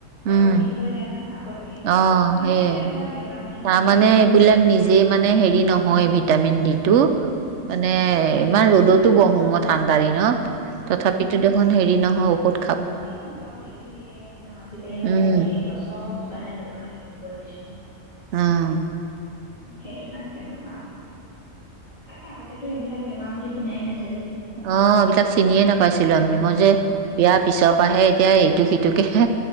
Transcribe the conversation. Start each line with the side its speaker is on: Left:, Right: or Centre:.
Right: উম
Left: আকৌ, ঠিক হৈ যায় নহয়। আকৌ তেনেকে থাকে
Right: অ'
Left: আগতেতো
Right: সেইয়াই,
Left: এইবিলাক বেমাৰ বুলি নাছিলেই
Right: তাৰমানে
Left: ন
Right: এইবিলাক নিজেই মানে, হেৰি নহয় এই ভিত ভিটামিন ডি। তো, মানে
Left: সদৃশ
Right: ইমান
Left: নহয়
Right: ৰ'দতো বহম ঠান পাৰি ন। তথাপিতো দেখোন হেৰি নহয়, ঊষ
Left: <unintelligible> আহে ন, আজিকালিনো
Right: উম
Left: ক'ত হেৰি হ চব মানে তোমাৰ হেৰি, পলিউচন
Right: অঁ!
Left: সেইটো কাৰণে, তেনেকুৱা। তাকে, আগতেতো এইবিলাক বেমাৰ বুলি শুনাইে নাছিল
Right: অ' এইবিলাক চিনিয়ে নাপাইছিলো আমি। মই যে,
Left: উম।
Right: বিয়াৰ পিছত বাহে এতিয়া এইটো সিটোকেহে